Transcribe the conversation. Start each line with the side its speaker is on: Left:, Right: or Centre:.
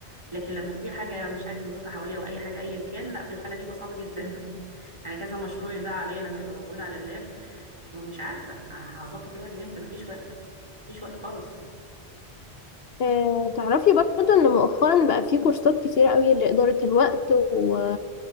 Right: لكن لما في حاجه مش عايزه اظبطها حواليا او اي حاجه ايا كان لا في الحاله دي بقى صعبه جدا <laughs> يعني كذا مشروع ده عليا لما يبقى موجود على اللاب مش عارفه هظبط الوقت امتى مفيش وقت مفيش وقت خالص
Left: آه، تعرفي برضه ان مؤخرا بقى في كورسات كتيرة قوي لإدارة الوقت و...